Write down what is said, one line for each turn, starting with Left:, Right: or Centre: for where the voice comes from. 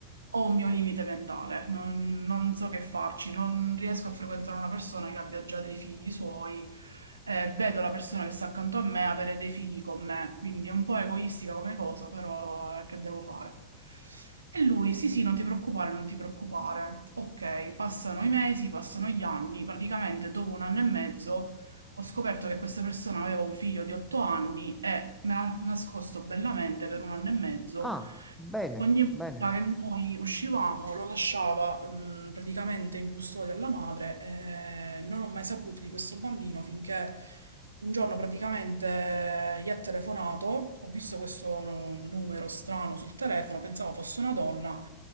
Right: ho un mio limite mentale, non, non so che farci, non riesco a frequentare una persona che abbia già dei figli suoi eh, vedo la persona che sta accanto a me avere dei figli con me, quindi è un po' egoistica come cosa, però eh, che devo fare? E lui, sì, sì, non ti preoccupare, non ti preoccupare. Ok, passano i mesi, passano gli anni, praticamente dopo un anno e mezzo ho scoperto che questa persona aveva un figlio di 8 anni e me l'ha nascosto bellamente per un anno e mezzo
Centre: Ah, bene,
Right: Ogni volta
Centre: bene.
Right: che noi uscivamo lo lasciava mh, praticamente in custodia alla madre e non ho mai saputo di questo bambino finché un giorno praticamente gli ha telefonato, ho visto questo numero strano sul telefono, pensavo fosse una donna,